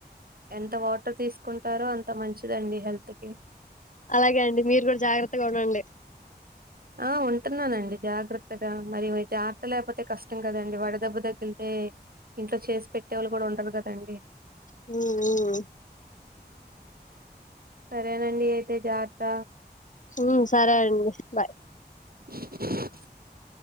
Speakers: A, on the right (about 60°); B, on the left (about 45°).
A: ఎంత వాటర్ తీసుకుంటారో అంత మంచిదండి హెల్త్ కీ
B: అలాగే అండి మీరు కూడా జాగ్రత్తగా ఉండండి
A: ఆ ఉంటున్నానండి జాగ్రత్తగా మరి వి జాత్తర్ లేకపోతే కష్టం కదండి వడదెబ్బ తగిలితే ఇంట్లో చేసి పెట్టే వాళ్ళు కూడా ఉండరు కదండి
B: మ్మ్ మ్మ్
A: సరేనండి అయితే జార్త
B: ఉ సరే అండి బయ్
A: <unintelligible>